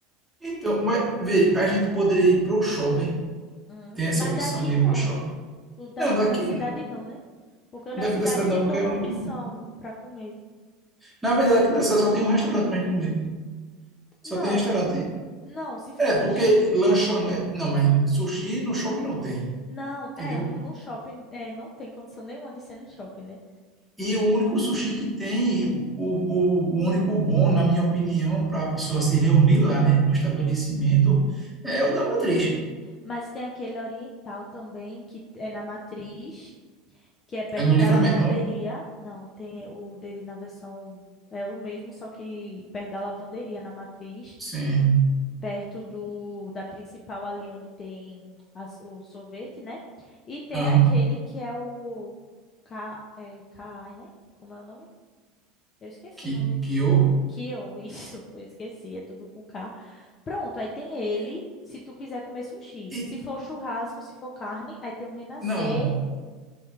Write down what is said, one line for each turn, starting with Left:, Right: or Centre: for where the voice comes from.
Centre: Então, mas vê, a gente poderia ir pro shopping.
Left: Hum,
Centre: Tem essa
Left: mas
Centre: opção
Left: daqui
Centre: de
Left: não.
Centre: ir pro shopping.
Left: O daqui
Centre: Não, daqui
Left: da cidade
Centre: não.
Left: não, né? Porque o
Centre: O
Left: da
Centre: Daqui
Left: cidade
Centre: da cidade
Left: tem
Centre: não, porque
Left: pouca
Centre: é muito.
Left: opção para comer.
Centre: Na verdade, aqui da cidade só tem um restaurante pra gente comer. Só
Left: Não,
Centre: tem restaurante.
Left: não, se for
Centre: É,
Left: sushi.
Centre: porque lanchonete. Não, mas sushi no shopping não tem,
Left: Não,
Centre: entendeu?
Left: é, no shopping é, não tem condição nenhuma de ser no shopping, né?
Centre: E o único sushi que tem, o, o, o único bom, na minha opinião, para a pessoa se reunir lá, né, no estabelecimento, é o da Matriz.
Left: Mas tem aquele oriental também, que é na Matriz, que é perto
Centre: É no
Left: da
Centre: Livramento,
Left: lavanderia.
Centre: então.
Left: Não, tem o dele na versão. É o mesmo, só que perto da lavanderia, na Matriz.
Centre: Sim.
Left: perto do da principal ali onde tem as- o sorvete, né? E tem
Centre: Aham.
Left: aquele que é o Ca, é, Kai, né? Como é o nome? Eu esqueci
Centre: Que,
Left: o nome.
Centre: que eu.
Left: Kio, <laughs> isso, eu esqueci, é tudo com K. Pronto, aí tem ele, se tu quiser comer sushi.
Centre: E,
Left: Se for churrasco, se for carne, aí tem o Renascer.
Centre: não.